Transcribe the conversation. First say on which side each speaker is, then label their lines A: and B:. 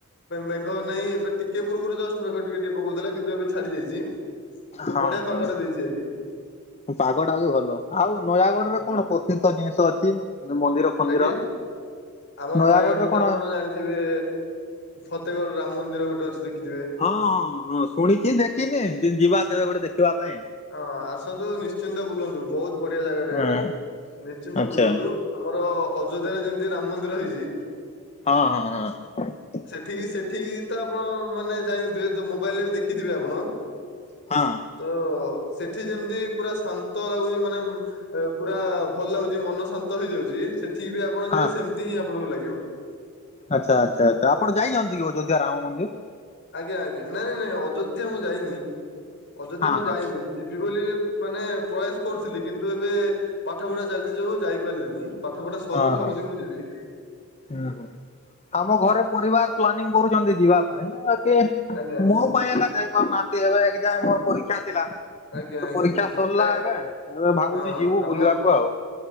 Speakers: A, on the left; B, on the left.
A: ମେଘ ନାହିଁ ଏବେ ଟିକେ ପୂର୍ବରୁ ଜଷ୍ଟ ମେଘ ଟିକେ ଟିକେ ପକଉଥିଲା କିନ୍ତୁ ଏବେ ଛାଡି ଯାଇଛି। କିନ୍ତୁ
B: ହଁ
A: ବଢିଆ ପାଗଟେ ଦେଇଛି ଆଜି।
B: ପାଗଟା ହଉଛି ଭଲ ଆଉ ନୟାଗଡରେ
A: ହଁ
B: କଣ ପ୍ରସିଦ୍ଧ ଜିନିଷ ଅଛି ମନ୍ଦିର ଫନ୍ଦିର
A: ଆଜ୍ଞା ଆମର
B: ନୟାଗଡରେ
A: ନୟାଗଡ଼ରେ
B: କଣ
A: ତ ଆପଣ ଜାଣି ଥିବେ ଫତେଗଡ ରାମ ମନ୍ଦିର ଗୋଟେ ଅଛି ଦେଖିଥିବେ।
B: ହଁ ହଁ ହଁ ଶୁଣିଛିି ଦେଖିନି ଯିବା କେବେ ଗୋଟେ ଦେଖିବା ପାଇଁ।
A: ହଁ ଆସନ୍ତୁ ନିଶ୍ଚିନ୍ତ ବୁଲନ୍ତୁ ବହୁତ ବଢିଆ ଜାଗାଟା
B: ହଁ
A: ଏଇଟା ନିଶ୍ଚି
B: ଆଚ୍ଛା
A: ବୁଲନ୍ତୁ ଆମର ଅଯୋଧ୍ୟରେ ଯେମିତି ରାମ ମନ୍ଦିର ହେଇଛି।
B: ହଁ ହଁ ହଁ।
A: ସେଠିକି ସେଠିକି ତ ଆପଣ ମାନେ ଯାଇନଥିବେ ମୋବାଇଲରେ ବି ଦେଖିଥିବେ ଆପଣ।
B: ହଁ।
A: ତ ସେଠି ଯେମିତି ପୁରା ଶାନ୍ତ ଲାଗୁଛି ମାନେ ପୁରା ଭଲ ଲାଗୁ ଛି ମନ ଶାନ୍ତ ହେଇଯାଉଛି ସେଠିକି ବି ଆପଣ
B: ହଁ
A: ଯିବେ ସେମତି ହିଁ ଆପଣଙ୍କୁ ଲାଗିବ।
B: ଆଚ୍ଛା ଆଚ୍ଛା ଆଛା ଆପଣ ଯାଇ ଯଛନ୍ତି କି ଅଯୋଧ୍ୟା ରାମ ମନ୍ଦିର୍।
A: ଆଜ୍ଞା ଆଜ୍ଞା ନାଇଁ ନାଇଁ ନାଇଁ ଅଯୋଧ୍ୟା ମୁଁ ଯାଇନି ଅଯୋଧ୍ୟା
B: ହଁ
A: ମୁଁ
B: ହଁ
A: ଯାଇନି। ଯିବି ବୋଲି ମାନେ ପ୍ରୟାସ କରୁଥିଲି କିନ୍ତୁ ଏବେ ପାଠ ପଢା ଚାଲିଛି ଯୋଗୁ ଯାଇପାରିଲିନି। ପାଠପଢା ସରୁ
B: ହଁ
A: ଭାବୁଛି
B: ହଁ
A: ମୁଁ ଯିବି।
B: ହୁଁ ହୁଁ ଆମ ଘରେ ପରିବାର ପ୍ଲାନିଂ କରୁଛନ୍ତି ଯିବା ପାଇଁ ବାକି
A: ଆଜ୍ଞା
B: ମୋ ପାଇଁ ଏକା ଯାଇପାରୁନାହାନ୍ତି ଏବେ ଏ <unintelligible> ମୋର ପରୀକ୍ଷା ଥିଲା।
A: ଆଜ୍ଞା
B: ତ
A: ଆଜ୍ଞା
B: ପରୀକ୍ଷା ସରିଲା
A: ନାଇଁ
B: ଏବେ। ଏବେ ଭାବୁଛି
A: ହଁ
B: ଯିବୁ
A: ଆମ
B: ବୁଲିବାକୁ ଆଉ।